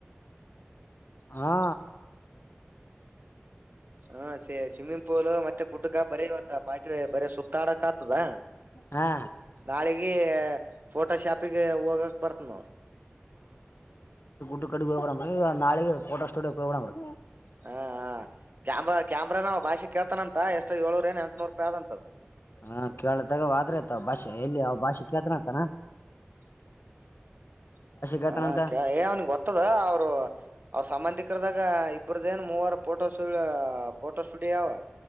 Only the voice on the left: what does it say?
ಹಾ
ಹಾ
ಡ್ ಕಡೆ <unintelligible> ಹೋಗಡೀ ನಾಳೆಗೆ ೋಟೋ ಸ್ಟುಡಿಯೋ ಹೋಗಡೀ
ಹಾ ಕೇಳದಗ ಆದ್ರೆ ಆತ ಅವ್ ಭಾಷೆ ಎಲ್ಲಿ ಅವ್ ಭಾಷೆ ಕೇಳ್ತನತಾನ
ಕೇಳ್ತಾನಂತ